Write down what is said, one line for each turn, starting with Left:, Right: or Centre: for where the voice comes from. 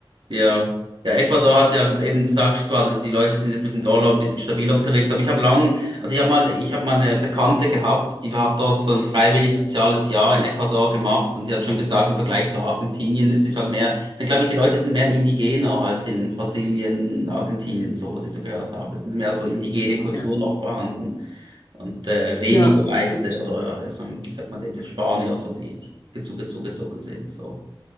Right: Ja, ja, Ecuador hat ja eben, du sagst zwar, dass die Leute sind jetzt mit dem Dollar ein bisschen stabiler unterwegs, aber ich habe lang, also ich habe mal, ich habe mal eine Bekannte gehabt, die hat dort so ein freiwillig soziales Jahr in Ecuador gemacht und die hat schon gesagt, im Vergleich zu Argentinien, es ist halt mehr, sind glaube ich, die Leute sind mehr indigener als in Brasilien, Argentinien, so was ich so gehört habe. Es sind mehr so indigene Kultur
Left: Ja,
Right: noch vorhanden und äh, weniger
Left: ja,
Right: Weiße
Left: das stimmt.
Right: oder äh, so, wie sagt man, die Spanier, so die zugezogen sind, so.